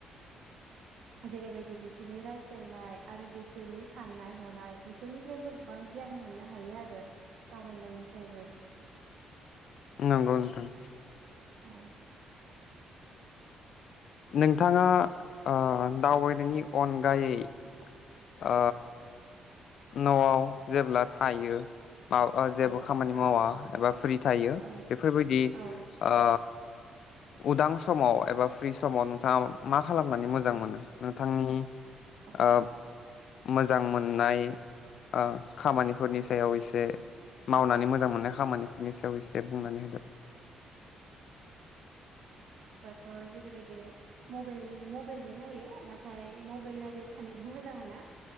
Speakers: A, on the right; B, on the left.
A: जेरैबायदि बिसोरनि रायज्लायनाय आरो बिसोरनि साननाय हनाय बेफोरनिफ्रायबो गोबां गियान मोननो हायो आरो दावबायनायनि फ्रायबो
B: नंगौ नोंथां
A: औ
B: नोंथाङा ओ दावबायनायनि अनगायै आ न'आव जेब्ला थायो माबा
A: औ
B: जेबो खामानि मावा एबा फ्रि थायो
A: औ
B: बेफोरबायदि
A: औ
B: ओ उदां समाव एबा फ्रि समाव नोंथाङा मा खालामनानै मोजां मोजां मोनो नोंथांनि
A: औ
B: ओ मोजां मोननाय ओ खामानिफोरनि सायाव एसे मावनानै मोजां मोननाय खामानिफोरनि सायाव एसे बुंनानै होदो
A: थ' जेरैबायदि मबेइल मबाइलबो नायो नाथाय मबाइल नायबाय थानोबो मोजां मोना